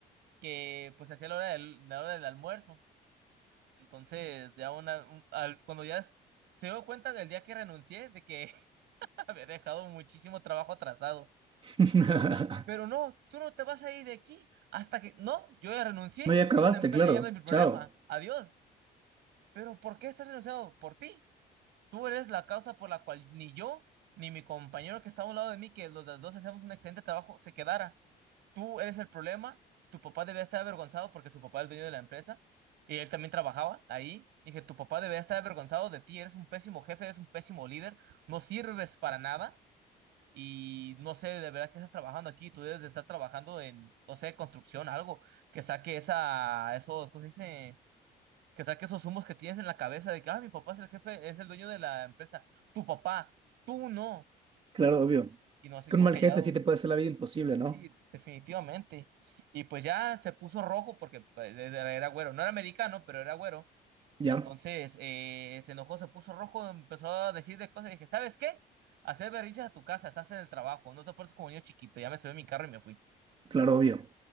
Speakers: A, on the right (about 80°); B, on the right (about 30°).
A: que pues hacía la hora del, la hora del almuerzo. Entonces, ya una, un- al- cuando ya se dio cuenta el día que renuncié de que <laughs> había dejado muchísimo trabajo atrasado.
B: <laughs>
A: Pero no, tú no te vas a ir de aquí hasta que, no, yo ya renuncié,
B: No, ya acabaste,
A: esta empresa
B: claro.
A: ya no es mi problema.
B: Chao.
A: Adiós. Pero ¿por qué estás renunciando? Por ti. Tú eres la causa por la cual ni yo, ni mi compañero que está a un lado de mí, que los dos hacíamos un excelente trabajo, se quedara. Tú eres el problema. Tu papá debía estar avergonzado porque su papá es el dueño de la empresa y él también trabajaba ahí. Dije, tu papá debería estar avergonzado de ti. Eres un pésimo jefe, eres un pésimo líder. No sirves para nada. Y no sé de verdad que estás trabajando aquí, tú debes de estar trabajando en, no sé, construcción, algo que saque esa, eso, ¿cómo se dice? que saque esos humos que tienes en la cabeza de que, ah, mi papá es el jefe, es el dueño de la empresa, tu papá, tú no,
B: Claro, obvio.
A: y no se
B: Es que
A: quedó
B: un mal
A: callado.
B: jefe sí te puede hacer la vida imposible, ¿no?
A: Sí, definitivamente. Y pues ya se puso rojo porque pues, era era güero, no era americano, pero era güero.
B: Ya,
A: Entonces eh, se enojó, se puso rojo, empezó a decir de cosas y dije, ¿sabes qué? Hacer berrinches a tu casa, estás en el trabajo, no te portes como niño chiquito, ya me subí a mi carro y me fui.
B: claro, obvio.